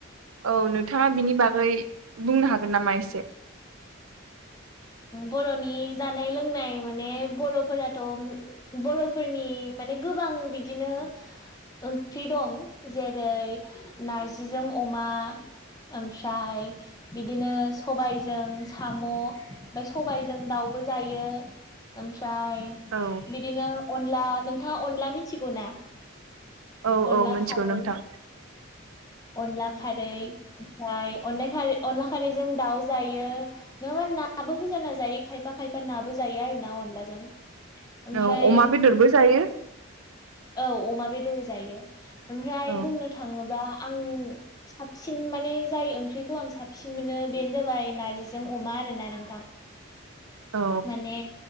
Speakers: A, on the right; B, on the left.
A: औ नोंथाङा बिनि बागै बुंनो हागोन नामा एसे?
B: बर'नि जानाय लोंनाय माने बर'फोराथ' बर'फोरनि माने गोबां बिदिनो ओंख्रि दं जेरै नारजिजों अमा ओमफ्राय बिदिनो सबायजों साम' ओमफ्राय सबायजों दाउबो जायो ओमफ्राय
A: औ
B: बिदिनो अनला नोंथाङा अनला मिथिगौ ना?
A: औ
B: अनला
A: औ मिथिगौ
B: खारै
A: नोंथां
B: औ। अनला खारै ओमफ्राय अन खारै अनला खारैजों दाउ जायो। नङाबा नाबो होजाना जायो खायफा खायफा नाबो जायो आरो ना अनलाजों। ओमफ्राय
A: औ अमा बेदरबो जायो
B: औ अमा बेदर जायो। ओमफ्राय
A: औ
B: बुंनो थाङो बा आं साबसिन माने जाय ओंख्रिखौ आं साबसिन मोनो बेनो जाबाय नारजि जों अमा आरोना नोंथां
A: औ
B: माने